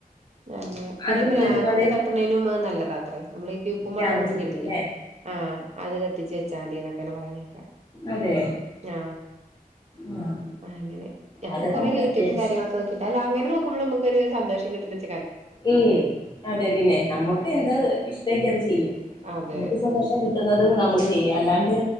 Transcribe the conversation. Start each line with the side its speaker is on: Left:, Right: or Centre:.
Right: അങ്ങനെ
Left: അതും
Right: ഇനിയിപ്പൊ പരാക്കൊക്കെ
Left: ഇതുപോലെ
Right: തട്ടണേനും നല്ലതാ അത്രേ നമ്മള ഉപ്പും മുളക്
Left: രാമച്ചത്തിന്റെ
Right: കുഴിഞ്ഞിടലേ
Left: ല്ലേ
Right: ആഹ് അത് കത്തിച്ച വെച്ചാണ്ടീന്നക്കനെ പറയണ കേ
Left: അതെ
Right: ആ
Left: ആഹ്
Right: അങ്ങനെ ഞാന്
Left: അതൊക്കെ
Right: കൊറെ
Left: നമുക്ക്
Right: യൂട്യൂബും
Left: അത്യാവശ്യം
Right: കാര്യങ്ങളൊക്കെ നോക്കിട്ടാ അല്ലാ അങ്ങനെ നോക്കുമ്പള് അമ്മുക്കൊര് സന്തോഷം കിട്ടണ്ച്ച്
Left: ഉം അതേ പിന്നെ നമ്മക്ക്
Right: ആഹ്
Left: എന്താ ഇഷ്ടെങ്കി അത് ചെയ്യും
Right: അതെ
Left: നമുക്ക് സന്തോഷം കിട്ടുന്നത് നമ്മള് ചെയ്യാ അല്ലാണ്ട്